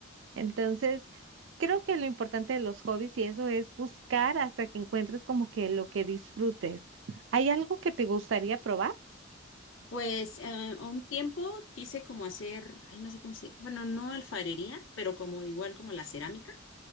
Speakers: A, on the right; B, on the left.
A: Entonces, creo que lo importante de los hobbies y eso es buscar hasta que encuentres como que lo que disfrutes. ¿Hay algo que te gustaría probar?
B: pues eh, a un tiempo quise como hacer, ay, no sé cómo se, bueno, no alfarería, pero como igual como la cerámica,